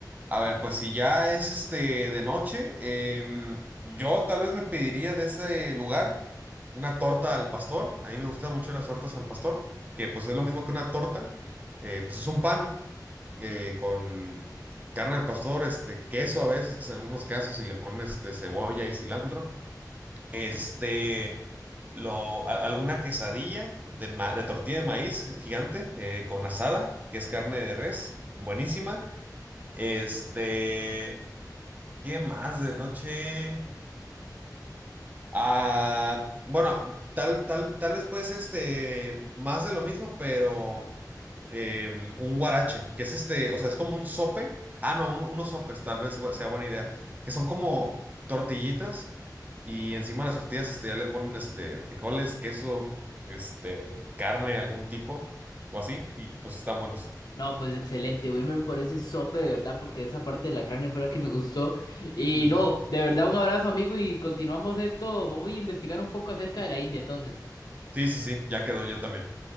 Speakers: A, on the right; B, on the left.
A: A ver, pues si ya es este de noche, em, yo tal vez me pediría de ese lugar una torta al pastor. A mí me gustan mucho las tortas al pastor, que pues es lo mismo que una torta, eh, pues es un pan. eh, con carne al pastor, este, queso a veces, en algunos casos, y le ponen este, cebolla y cilantro. Este, lo, a- alguna quesadilla de, ma- de tortilla de maíz gigante eh, con asada, que es carne de res, buenísima. Este, ¿qué más de noche? Ah, bueno, tal, tal, tal vez pues este, más de lo mismo, pero eh, un guarache, que es este, o sea, es como un sope. Ah, no, un- unos sopes, tal vez bu- sea buena idea. Que son como tortillitas y encima de las tortillas este, ya le ponen este, frijoles, queso, este, carne de algún tipo o así, y pues están buenos.
B: No, pues excelente, Wilmer, por ese sope de verdad, porque esa parte de la carne fue la que me gustó. Y
A: Ujú.
B: no, de verdad, un abrazo, amigo, y continuamos esto. Voy a investigar un poco acerca de la India, entonces.
A: Sí, sí, sí, ya quedó yo también.